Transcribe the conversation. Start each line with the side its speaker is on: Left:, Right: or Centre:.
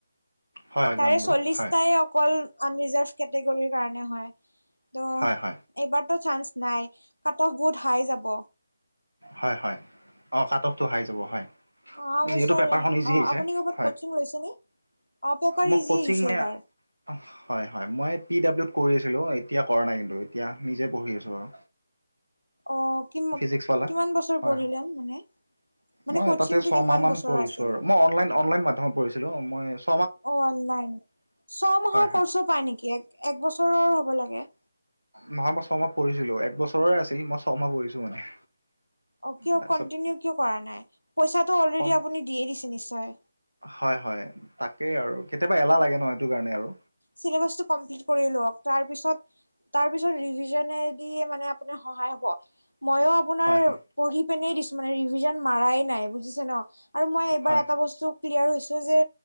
Right: হয় হয়
Left: তাৰে
Right: জানো বাৰু
Left: চল্লিশটাই
Right: হয়
Left: অকল আনৰিজাৰ্ভ কেটেগৰীৰ কাৰণে হয়। ত'
Right: হয় হয়
Left: এইবাৰতো চান্স নাই কাট অফ বহুত হাই যাব।
Right: হয় - হয়, অ', কাট অফটো হাই যাব হয়
Left: অহা
Right: যিহেতু
Left: বছৰ
Right: পেপাৰখন ইজি
Left: অ
Right: আহিছে
Left: আপুনি ক'ৰবাত
Right: হয়
Left: কচিং লৈছে নে? অ পেপাৰ
Right: মোক
Left: ইজি
Right: কচিং
Left: আহিছে
Right: নিয়া
Left: এইবাৰ
Right: হয় - হয়, মই পি ডাব্লিউত কৰি আছিলোঁ এতিয়া কৰা নাই কিন্তু এতিয়া নিজে পঢ়ি আছোঁ আৰু।
Left: অ', কিমান
Right: ফিজিক্স পালা
Left: কিমান বছৰ
Right: হয়
Left: পঢ়িলে
Right: হয়
Left: মানে? মানে
Right: মই
Left: কচিংটো
Right: তাতে ছয়মাহ
Left: কিমান
Right: মান
Left: বছৰ
Right: পঢ়িছোঁ
Left: আছিল
Right: আৰু মই অনলাইন - অনলাইন মাধ্যমত পঢ়িছিলোঁ মই ছ
Left: অ', অনলাইন ছয়মাহৰ
Right: হয়
Left: কৰ্চো পায় নেকি এক এক বছৰৰ হ'ব লাগে।
Right: নহয় মই ছমাহ পঢ়িছিলোঁ এক বছৰৰে আছিল মই ছমাহ পঢ়িছোঁ মানে
Left: অ', কিয়
Right: তাৰপিছত
Left: কন্টিনিউ কিয় কৰা নাই পইচাটো অলৰেডি
Right: কম
Left: আপুনি দিয়ে দিছে নিশ্চয়।
Right: হয় - হয়, তাকেই আৰু কেতিয়াবা এলাহ লাগে ন' সেইটো কাৰণে আৰু
Left: চিলেবাচটো কামপ্লিট কৰি লওক তাৰ পিছত তাৰপিছত ৰিভিজনেদি মানে আপোনাৰ সহায় হব ময়ো আপোনাৰ
Right: হয় হয়
Left: পঢ়ি পিনেই দিছো মানে ৰিভিজন মাৰাই নাই বুজিছে ন' আৰু মই এইবাৰ
Right: হয়
Left: এটা বস্তু ক্লিয়াৰ হৈছো যে